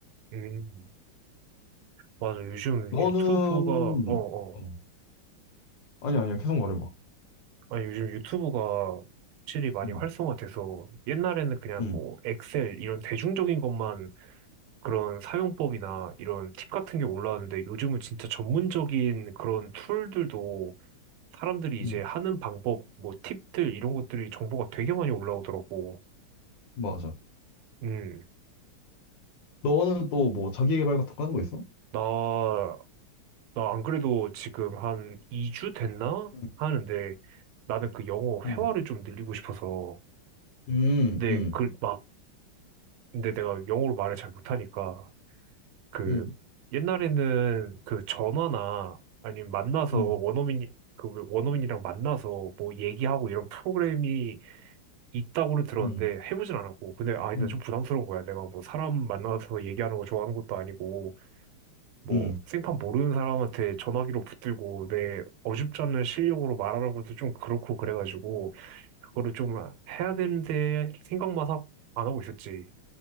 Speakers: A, on the right; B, on the left.
A: 음, 맞아. 요즘
B: 너는
A: 유튜브가, 어, 어.
B: 어, 아니 아니야 계속 말해봐.
A: 아, 요즘 유튜브가 확실히 많이
B: 응,
A: 활성화돼서 옛날에는 그냥
B: 응,
A: 뭐 엑셀 이런 대중적인 것만 그런 사용법이나 이런 팁 같은 게 올라왔는데 요즘은 진짜 전문적인 그런 툴들도 사람들이 이제
B: 응,
A: 하는 방법, 뭐 팁들 이런 것들이 정보가 되게 많이 올라오더라고.
B: 맞아.
A: 음,
B: 너는 또 뭐 자기 개발 같은 거 하는 거 있어?
A: 나, 나 안 그래도 지금 한 2주 됐나?
B: 응,
A: 하는데 나는 그 영어
B: 응,
A: 회화를 좀 늘리고 싶어서.
B: 응,
A: 근데
B: 응,
A: 그 막, 근데 내가 영어로 말을 잘 못하니까 그
B: 응,
A: 옛날에는 그 전화나 아니면 만나서
B: 응.
A: 원어민 그 원어민이랑 만나서 뭐 얘기하고 이런 프로그램이 있다고는 들었는데
B: 응.
A: 해보진 않았고 근데 아 일단
B: 응.
A: 좀 부담스러운 거야 내가 뭐 사람 만나서 얘기하는 거 좋아하는 것도 아니고 뭐
B: 음.
A: 생판 모르는 사람한테 전화기로 붙들고 내 어줍잖은 실력으로 말하는 것도 좀 그렇고 그래가지고 그거를 좀 해야 되는데 생각만 하- 안 하고 있었지